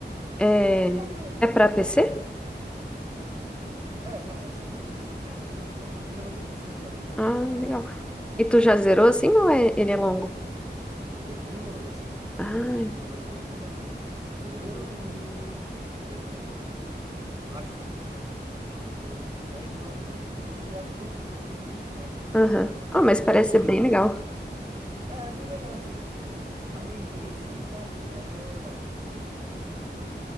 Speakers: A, in the centre; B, on the right.
A: É,
B: É bem bacana, bem
A: é
B: bacana,
A: pra PC?
B: assim. É, pra PC, eu não sei se lançou em outras coisas, mas eu tô jogando no PC, sabe?
A: Ah, legal. E tu já zerou assim ou é, ele é longo?
B: Ele é bem longo, assim. Eu
A: Ah,
B: fiquei jogando ontem basicamente o dia inteiro e é, acho que, tipo, foi umas 10 horas que eu joguei e eu acho que eu tô no começo ainda, assim, sabe?
A: Aham.
B: Ah,
A: Ah, mas
B: eu
A: parece
B: não sei.
A: ser bem legal.
B: É, é bem legal, assim, tipo, a gameplay em si, sabe? Ela